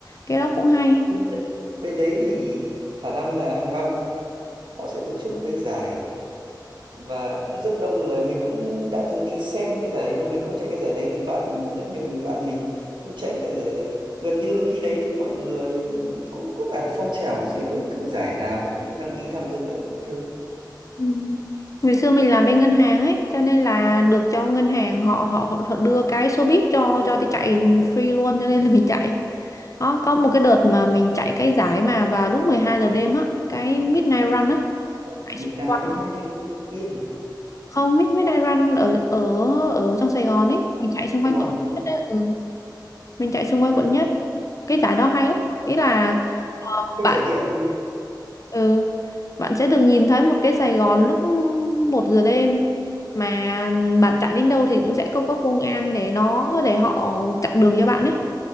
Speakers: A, on the left; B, on the right.
A: Cái đó cũng hay.
B: bên bên đấy thì khả năng là hàng năm họ sẽ tổ chức một cái giải và cũng rất đông người mình cũng đã từng đi xem cái giải đấy rồi mình không chạy cái giải đấy nhưng bạn mình rất nhiều người bạn mình cũng chạy cái giải đấy gần như là khi đấy thì mọi người cũng có là phong trào một xíu ấy cứ giải nào cũng đăng ký tham dự các thứ
A: Ừ. Ngày xưa mình làm bên ngân hàng ấy, cho nên là được cho ngân hàng họ họ họ, họ đưa cái số bib cho cho đi chạy free luôn cho nên là mình chạy. Đó, có một cái đợt mà mình chạy cái giải mà vào lúc 12 giờ đêm á, cái Midnight Run á,
B: Ở
A: chạy
B: Midnight
A: xung quanh
B: Midnight thì Long Biên này,
A: không Mid Midnight Run ở ở ở trong Sài Gòn ấy mình chạy xung
B: Sài
A: quanh
B: Gòn
A: quận
B: cũng
A: nhất ấy. Ừ. mình chạy xung quanh quận nhất cái giải đó hay lắm ý là ờ,
B: có
A: bạn
B: trải nghiệm
A: ừ, bạn sẽ được nhìn thấy một cái Sài Gòn lúc một giờ đêm mà bạn chạy đến đâu thì cũng sẽ có có công an để nó để họ chặn đường cho bạn ấy